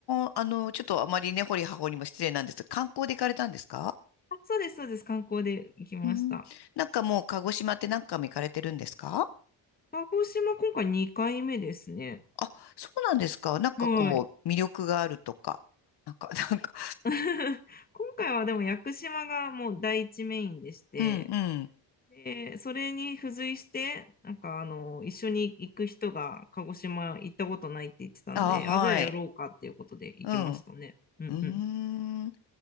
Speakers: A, on the left; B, on the left.
A: 光、あの、ちょっとあまりね、掘り葉掘りも失礼なんですが、観光で行かれたんですか
B: あ、そうです、そうです。観光で行きました。
A: うん。なんかもう、鹿児島って何回も行かれてるんですか
B: 鹿児島、今回2回目ですね。
A: あ、そうなんですか。なんかこう、
B: はい。
A: 魅力があるとか。なんか、<laughs> なんか、
B: <laughs> 今回はでも屋久島がもう第一メインでして、
A: うんうん。
B: で、それに付随して、なんかあの、一緒に行く人が鹿児島行ったことないって言ってたんで、
A: あ、はい。
B: あ、じゃあやろうかっていうことで行きましたね。
A: うん。う
B: うんうん。
A: ーん。